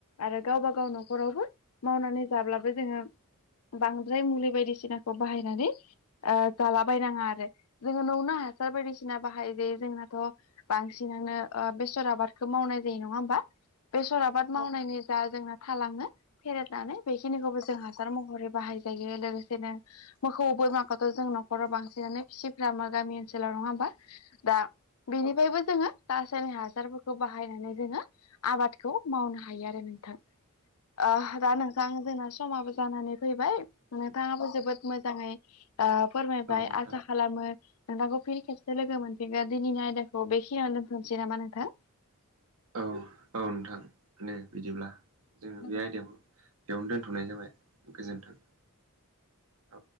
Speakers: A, on the left; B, on the right.
A: आरो गावबा गाव न'खरावबो मावनानै जाब्लाबो जोङो बांद्राय मुलि बायदिसिनाखौ बाहायनानै ओ जालाबायनाङा आरो जोङो नौनो हासार बायदिसिना बाहायो जायो जोंनाथ' बांसिनानो ओ बेसर आबादखौ मावनाय जायो नङा होमबा बेसर आबाद मावनायनि जा जोंना थालाङो फेरेदनानै बेखिनिखौबो जों हासार महरै बाहाय जायो लोगोसेनो मोखौ बोरमाखौथ' जों नखराव बांसिनानो गामा गामि ओनसोलाव नङा होमबा दा बेनि बेबो जोङो रासायनि हासारफोरखौ बाहायनानै जोङो आबादखौ मावनो हायो आरो नोंथां ओ दा नोंथां जोंना समाबो जानानै फैबाय नोंथाङाबो जोबोद मोजाङै ओ फोरमायबाय
B: औ
A: आसा खालाम
B: औ
A: नोंथांखौ फिन खेबसे लोगो मोनफिगोन दिनैनि आयदाखौ बेखिनियाव दोनथ'नोसै नामा नोंथां
B: औ नोंथां औ औ नोंथां दे बिदिब्ला जोङो
A: गोजोनथों
B: बे आयदायाव बेयावनो दोनथ'नाय जाबाय गोजोन्थों औ